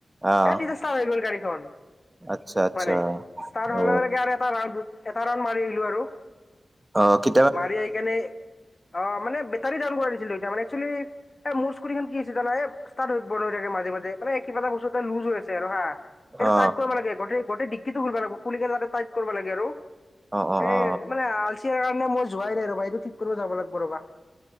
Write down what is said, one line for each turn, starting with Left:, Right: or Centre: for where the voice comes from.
Right: আহ
Left: এ তি হৈ গ'ল গড়ীখন
Right: আচ্ছা আচ্ছা
Left: মানে, ষ্টাৰ্ট
Right: অ
Left: হোৱা লগে লগে এটা ৰাউন এটা ৰাউন মাৰি আহিলো আৰু।
Right: অ কি
Left: মাৰি আহি কেনে, অ মানে বেটাৰী ডাউন কৰা দিছিলো দেউতা। মানে একচেলি এ মোৰ স্কুটীখন কি হৈছে জানা, এ ষ্টাৰ্ট বন হৈ থাকে মাজে মাজে মানে কিবা এটা বস্তু এটা লুজ হৈ আছে আৰু হা। এইটো
Right: অ
Left: টাইক কৰিব লাগে, গোটেই গোটেই দিক্কি খুলবা লাগিব খুলি কেনে তাতে টাইত কৰিব লাগে আৰু
Right: অ অ
Left: এ
Right: অ
Left: মানে আলচিয়া কাৰণে মই যোৱাই নাই ৰ'বা এইটো ঠিক কৰিব যাব লাগিব ৰ'বা।